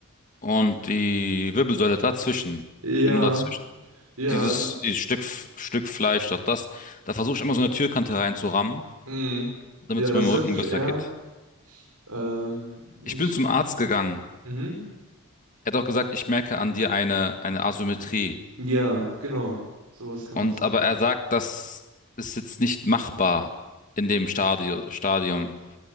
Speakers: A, on the left (about 35°); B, on the right (about 85°).
A: und die Wirbelsäule dazwischen,
B: Ja,
A: genau dazwischen.
B: ja,
A: Dieses,
B: also,
A: dieses Stück Stück Fleisch dort, das, da versuche ich immer so eine Türkante reinzurammen,
B: mh,
A: damit
B: ja,
A: es
B: das
A: meinem Rücken
B: hört sich
A: besser
B: eher
A: geht.
B: ähm, nicht.
A: Ich bin zum Arzt gegangen.
B: Mhm.
A: Er hat auch gesagt, ich merke an dir eine eine Asymmetrie.
B: Ja, genau. Sowas kann
A: Und
B: das sein.
A: aber er sagt, das ist jetzt nicht machbar in dem Stadio Stadium,